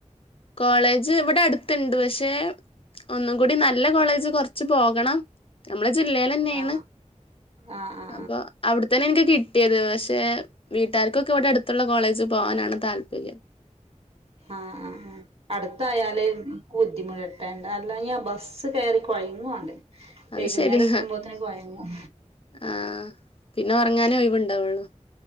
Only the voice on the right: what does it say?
ആ ആ ആ ആ
ആഹ് ആ അടുത്തായാല് ബുദ്ധിമുട്ടേണ്ട അല്ലേ ബസ്സ് കയറി കുഴങ്ങോണ്ട്
വൈകുന്നേരം
എത്തുമ്പോത്തനെ കൊയങ്ങും